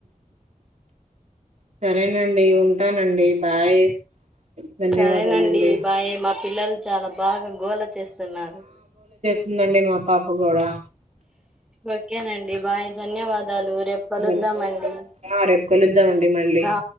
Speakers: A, on the right; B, in the centre.
A: సరేనండి, ఉంటానండి బాయ్. ధన్యవాదాలండి
B: సరేనండి బాయ్. మా పిల్లలు చాలా బాగా గోళ చేస్తున్నారు.
A: వస్తుందండి మా పాప కూడా
B: ఓకేనండి బాయ్ ధన్యవాద వద్ద రేపు కలుద్దాం
A: ధన్యవాదాలు
B: అండి
A: ఆ రేపు కలుద్దామండి మళ్ళీ
B: ఆ